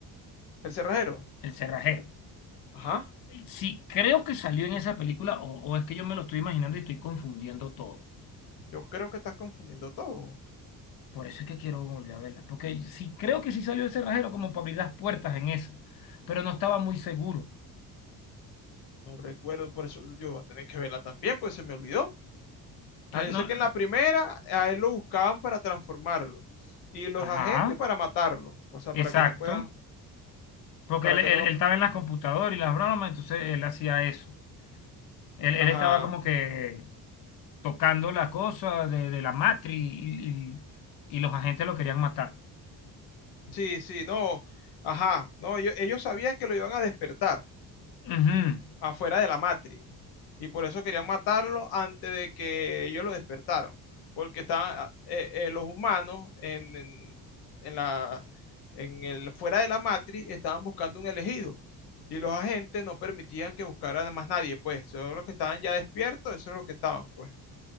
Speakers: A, on the left (about 85°); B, on the left (about 65°).
A: El cerrajero.
B: El cerrajero.
A: Ajá,
B: Sí, creo que salió en esa película, o, o es que yo me lo estoy imaginando y estoy confundiendo todo.
A: yo creo que estás confundiendo todo.
B: Por eso es que quiero volver a verla. Porque sí, creo que sí salió ese cerrajero como para abrir las puertas en esa, pero no estaba muy seguro.
A: No recuerdo, por eso yo voy a tener que verla también, pues se me olvidó.
B: Entonces,
A: Ah, yo
B: no.
A: sé que en la primera a él lo buscaban para transformarlo y los
B: Ajá,
A: agentes para matarlo, o sea,
B: exacto.
A: para que no puedan,
B: Porque
A: para
B: él,
A: que
B: él-
A: no
B: él
A: lo...
B: estaba en las computadoras y las bromas, entonces él hacía eso. Él, él
A: Ajá,
B: estaba como que tocando la cosa de, de la matriz y, y- y los agentes lo querían matar.
A: sí, sí, no, ajá, no, ellos, ellos sabían que lo iban a despertar.
B: Ujú,
A: afuera de la matriz. Y por eso querían matarlo antes de que ellos lo despertaron. Porque estaban ah, eh, eh, los humanos en, en- en la, en el, fuera de la matriz estaban buscando un elegido. Y los agentes no permitían que buscaran a más nadie, pues. Eso es lo que estaban ya despiertos, eso es lo que estaban, pues.